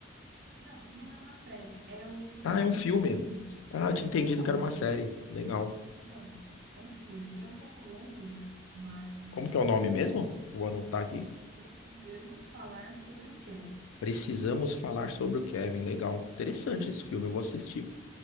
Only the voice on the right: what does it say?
Não, não é uma série, é um,
é
um filme.
Ele
é um pouco
longo.
Não, é um filme. Ele é um pouco longo, mas
é bem
interessante.
Precisamos falar sobre o Kevin.